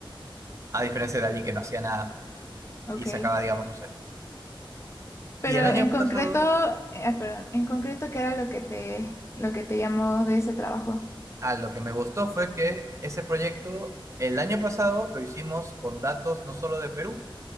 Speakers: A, on the right (about 35°); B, on the left (about 30°).
A: a diferencia de alguien que no hacía nada
B: ok.
A: y sacaba, digamos, un cero.
B: Pero
A: Y el año
B: en concreto,
A: pasado,
B: eh, ah, perdón, en concreto, ¿qué era lo que te, lo que te llamó de ese trabajo?
A: a lo que me gustó fue que ese proyecto, el año pasado lo hicimos con datos no solo de Perú,